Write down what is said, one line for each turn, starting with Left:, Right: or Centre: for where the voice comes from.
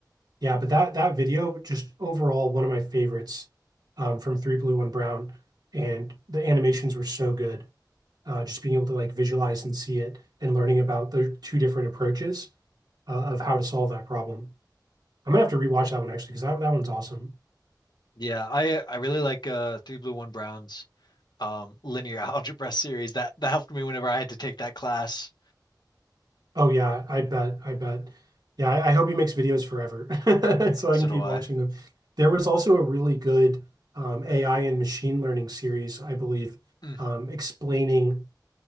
Right: Yeah, but that that video just overall one of my favorites um, from Three Blue One Brown, and the animations were so good. Uh, just being able to like visualize and see it, and learning about the two different approaches uh, of how to solve that problem. I'm gonna have to rewatch that one actually because that that one's awesome.
Left: yeah. I I really like uh Three Blue One Brown's um linear <laughs> algebra series. That that helped me whenever I had to take that class.
Right: Oh yeah, I bet, I bet. Yeah, I, I hope he makes videos forever <laughs> so
Left: So
Right: I can keep
Left: do I.
Right: watching them. There was also a really good um, AI and machine learning series, I believe,
Left: Mm.
Right: um, explaining